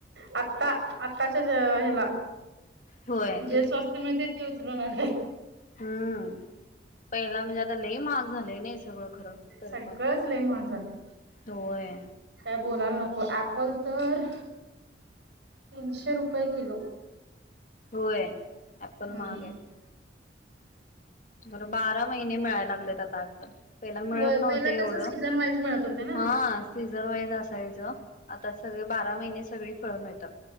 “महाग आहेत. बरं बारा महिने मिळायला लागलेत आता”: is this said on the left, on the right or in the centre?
Left